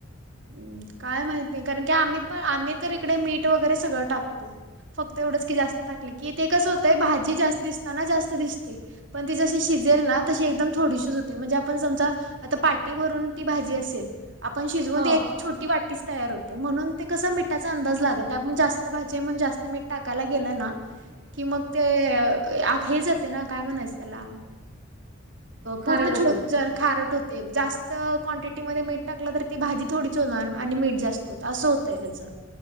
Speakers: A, on the right; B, on the right.
A: हम्, काय माहित नाय कारण की आम्ही पण आम्ही तर इकडे मीठ वगैरे सगळं टाकतो. फक्त एवढंच की जास्त टाकली की ते कसं होतंय भाजी जास्त दिसताना जास्त दिसते. पण ती जशी शिजेल ना तशी एकदम थोडीशीच होते म्हणजे आपण समजा आता पाटी भरून ती भाजी असेल आपण शिजवून
B: हो
A: ते छोटी वाटीस तयार होते म्हणून ते कसा मिठाचा अंदाज लागत नाय आपण जास्त भाजी म्हणून जास्त मीठ टाकायला गेलं ना
B: <inaudible>
A: कि मग ते हे जाते ना काय म्हणायचं त्याला
B: खारट
A: पूर्ण
B: होती.
A: खारट होते जास्त क्वांटिटीमध्ये मीठ टाकलं तर ती भाजी थोडीचं होनार आणि मीठ जास्त होतं असं होतंय त्याच.